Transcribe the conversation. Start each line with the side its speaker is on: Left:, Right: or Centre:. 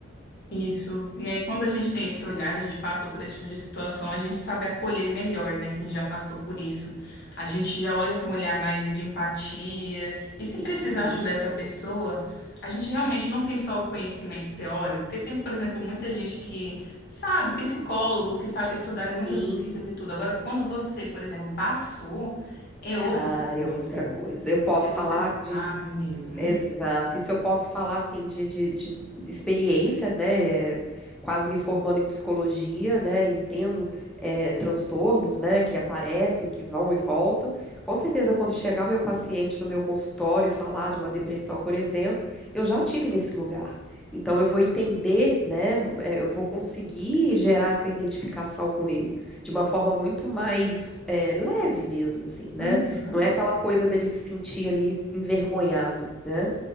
Left: Isso. E aí, quando a gente tem esse olhar, a gente passou por esse tipo de situação, a gente sabe acolher melhor, né? Quem já passou por isso. A gente já olha com um olhar mais de empatia. E
Centre: Sim,
Left: se precisar ajudar essa pessoa, a gente realmente não tem só o conhecimento teórico, porque tem, por exemplo, muita gente que sabe, psicólogos que sa- estudaram
Centre: sim.
Left: muitas doenças e tudo. Agora, quando você, por exemplo, passou, é outra
Centre: Ah,
Left: coisa
Centre: é outra coisa. Eu posso
Left: que você
Centre: falar
Left: sabe
Centre: de
Left: mesmo.
Centre: Exato. Isso eu posso falar assim de, de, de experiência, né? é, quase me formando em psicologia, né? E tendo é, transtornos, né? Que aparecem, que vão e voltam. Com certeza, quando chegar o meu paciente no meu consultório e falar de uma depressão, por exemplo, eu já tive nesse lugar. Então, eu vou entender, né? é, Eu vou conseguir gerar essa identificação com ele de uma forma muito mais é, leve mesmo, assim, né?
Left: <laughs>
Centre: Não é aquela coisa dele se sentir ali envergonhado, né?